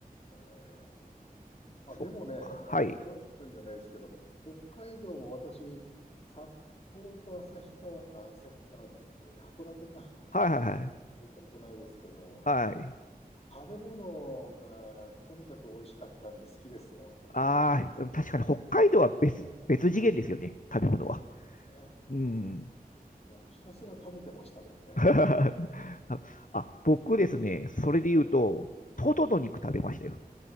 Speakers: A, on the left (about 40°); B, on the left (about 60°).
A: えーまあでもね、
B: そっか。
A: あの、
B: はい。
A: 平林さんじゃないですけど、北海道も私、札幌と旭川、あ旭川じゃなくて、函館か、
B: はいはいはい。
A: 行ったことないですけど、
B: はい。
A: 食べ物がとにかく美味しかったんで好きですよ。
B: ああ、うん確かに北海道は別、別次元ですよね。食べ物は。
A: ですね。
B: うん。
A: もうひたすら食べてましたもんね。
B: <laughs> あ、あ僕ですね、それで言うと、
A: え、
B: トドの肉食べましたよ。